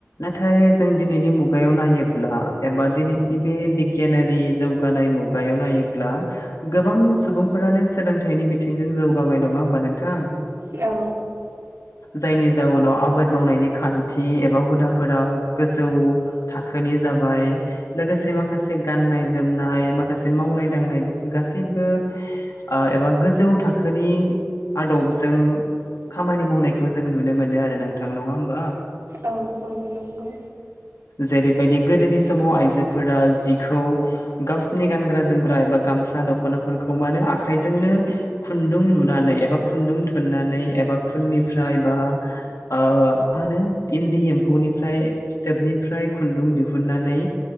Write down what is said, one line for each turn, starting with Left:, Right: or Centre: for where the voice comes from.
Left: नाथाय जों दिनैनि मुगायाव नायोब्ला एबा दिनैनि बे बिगियानारि जौ खुगानाय मुगायाव नायोब्ला गोबां सुबुंफोरानो सोलोंथाइनि बिथिंजों जौगाबाय नङा होमबा नोंथां
Right: औ
Left: जायनि जाउनाव आबाद मावनायनि खान्थि एबा हुदा फोरा गोजौ थाखोनि जाबाय लोगोसे माखासे गाननाय-जोमनाय माखासे मावनाय -दांनाय बेफोर गासैबो ओ एबा गोजौ थाखोनि आदबजों खामानि मावनायखौ जों नुनो मोनो आरो नोंथां नङा होमबा?
Right: औ औ नंगौ
Left: जेरैबायदि गोदोनि समाव आइजोफोरा जिखौ गावसिनि गानग्रा- जोमग्रा एबा गामसा, दख'नाफोरखौ मानो आखाइजोंनो खुन्दुं लुनानै एबा खुन्दुं थुननानै एबा खुननिफ्राय बा मा होनो इन्दि एम्फौनिफ्राय फिथोबनिफ्राय खुन्दुं दिहुननानै